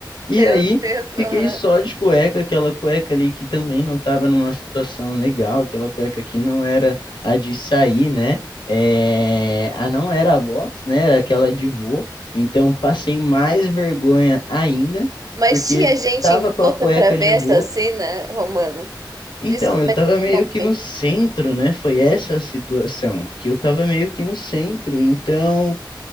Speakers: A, on the left; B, on the right.
A: E
B: Meu
A: aí
B: Deus,
A: fiquei
B: Romano.
A: só de cueca, aquela cueca ali que também não estava numa situação legal, aquela cueca que não era a de sair, né? É, a não era a box, né? Era aquela de vô. Então passei mais vergonha ainda,
B: Mas
A: porque
B: tinha gente
A: tava
B: em
A: com
B: volta
A: a cueca
B: para ver
A: de
B: essa
A: vô.
B: cena, Romano?
A: Então,
B: Desculpa
A: eu tava
B: te interromper.
A: meio que no centro, né? Foi essa a situação, que eu tava meio que no centro. Então,